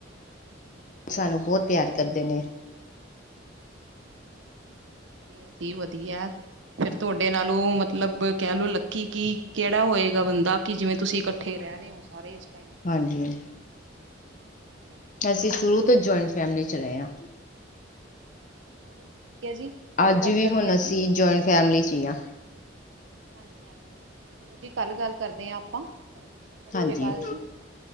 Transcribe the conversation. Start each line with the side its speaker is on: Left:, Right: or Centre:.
Left: ਸਾਨੂੰ ਬਹੁਤ ਪਿਆਰ ਕਰਦੇ ਨੇ,
Right: ਚਲੋ ਵਧੀਆ ਜੀ ਵਧੀਆ, ਫਿਰ ਤੁਹਾਡੇ ਨਾਲੋਂ ਮਤਲਬ ਕਹਿ ਲਓ ਲੱਕੀ ਕੀ ਕਿਹੜਾ ਹੋਏਗਾ ਬੰਦਾ ਕਿ ਜਿਵੇਂ ਤੁਸੀਂ ਇਕੱਠੇ ਰਹਿ ਰਹੇ ਹੋ ਸਾਰੇ, ਟਾਈਮ ਦੇ
Left: ਹਾਂਜੀ
Right: ਵਿੱਚ ਵੀ ਹਾਂਜੀ ਹਾਂਜੀ
Left: ਅਸੀਂ ਸ਼ੁਰੂ ਤੋਂ ਜੁਆਇੰਟ, ਫੈਮਲੀ ਚ ਰਹੇ ਆ,
Right: ਚਲੋ, ਠੀਕ ਹੈ ਜੀ ਕੱਲ
Left: ਅੱਜ
Right: ਗੱਲ
Left: ਵੀ
Right: ਕਰਦੇ
Left: ਹੁਣ
Right: ਹਾਂ ਜੀ
Left: ਅਸੀਂ ਜੁਆਇੰਟ ਫੈਮਿਲੀ ਚ ਹੀ ਹਾਂ,
Right: ਹਾਂਜੀ-ਹਾਂਜੀ ਚਲੋ ਜੀ ਕੱਲ ਗੱਲ ਕਰਦੇ ਹਾਂ ਆਪਾਂ, ਸਤਿ ਸ੍ਰੀ
Left: ਹਾਂਜੀ
Right: ਅਕਾਲ ਜੀ,